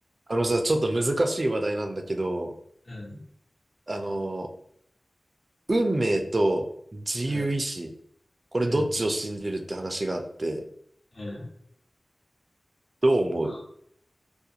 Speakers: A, on the right; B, on the left.
A: あのさ、ちょっと難しい話題なんだけど、
B: うん、
A: あの、運命と自由意志、
B: うん、
A: これどっちを信じるって話があって、
B: うん、うん。
A: どう思う
B: あ、